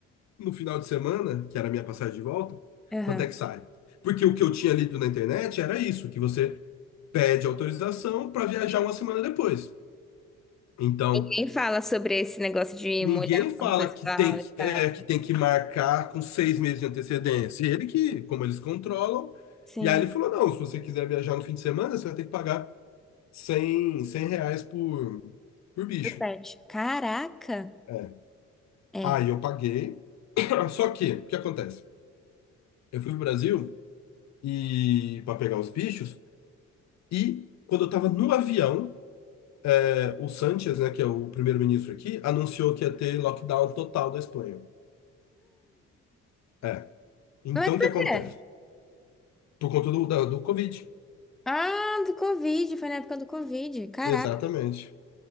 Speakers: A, on the left; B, in the centre.
A: no final de semana, que era a minha passagem de volta,
B: Aham.
A: quanto é que sai? Porque o que eu tinha lido na internet era isso, que você pede autorização para viajar uma semana depois. Então,
B: Quem fala sobre esse negócio de
A: ninguém
B: molhar
A: fala
B: a mão do pessoal
A: que tem que,
B: e tal?
A: é, que tem que marcar com seis meses de antecedência. Ele que, como eles controlam.
B: Sim,
A: E aí ele falou: não, se você quiser viajar no fim de semana, você vai ter que pagar 100 100 reais por, por bicho.
B: do pet. Caraca!
A: É.
B: É.
A: Aí eu paguei. <clears throat> Só que, o que acontece? Eu fui pro Brasil e para pegar os bichos e. Quando eu estava no avião, é, o Sánchez, né, que é o primeiro-ministro aqui, anunciou que ia ter lockdown total da Espanha. É, Então,
B: Mas
A: o
B: por
A: que acontece?
B: quê?
A: Por conta do, da- do Covid.
B: Ah, do Covid, foi na época do Covid. Caraca.
A: Exatamente.